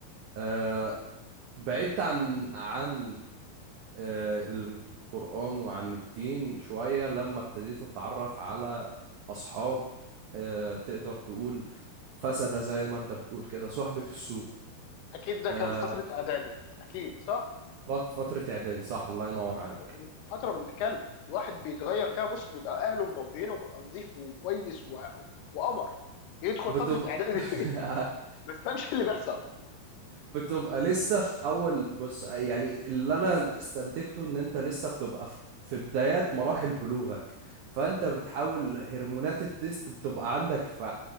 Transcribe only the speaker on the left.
اكيد ده
كان فتره اعدادي اكيد صح
اه هي بنت فتره بنت كلب الواحد بيتغير فيها بص بيبقى اهله مربينه بيبقى نظيف وكويس و... وقمر يدخل
فتره اعدادي
دي <laughs> ما تفهمش اللي بيحصل